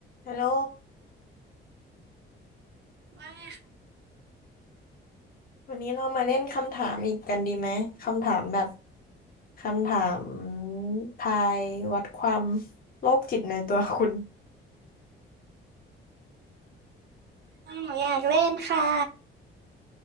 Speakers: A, on the left; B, on the right.
A: ฮัลโหล
B: ไม่ค่ะ
A: วันนี้เรามาเล่นคำถามอีกกันดีไหม คำถามแบบคำถามทายวัดความโรคจิตในตัวคุณ
B: หนูอยากเล่นค่ะ